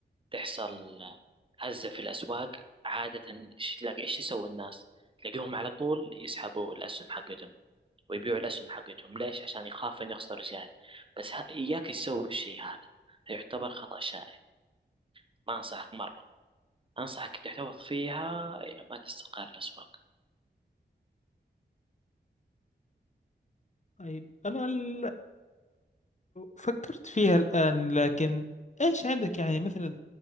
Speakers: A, on the right (about 30°); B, on the left (about 40°).
A: تحصل آه، هزة في الأسواق عادة إيش- تلاقي إيش يسوي الناس تلاقيهم على طول يسحبوا الأسهم حقتهم ويبيعوا الأسهم حقتهم ليش؟ عشان يخاف إنه يخسر زيادة بس ه... إياك تسوي الشيء هذا يعتبر خطأ شائع ما أنصحك مرة أنصحك تحتفظ فيها إلى ما تستقر الأسواق
B: طيب أنا ال... فكرت فيها الآن لكن إيش عندك يعني مثلا